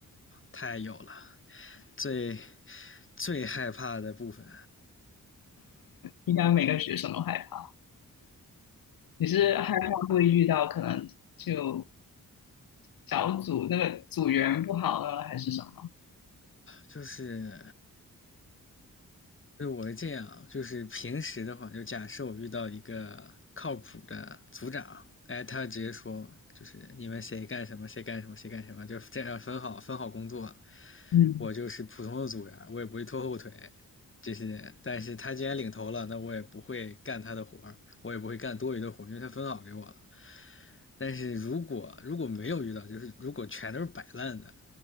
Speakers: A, on the left; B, on the left.
A: 太有了。最最害怕的部分
B: 应该每个学生都害怕。你是害怕会遇到可能就小组那个组员不好了，还是什么？
A: 就是就我是这样啊，就是平时的话，就假设我遇到一个靠谱的组长，哎，他直接说，就是你们谁干什么，谁干什么，谁干什么，就这样分好分好工作。
B: 嗯，
A: 我就是普通的组员，我也不会拖后腿，这些。但是他既然领头了，那我也不会干他的活儿，我也不会干多余的活儿，因为他分好给我了。但是如果如果没有遇到，就是如果全都是摆烂的，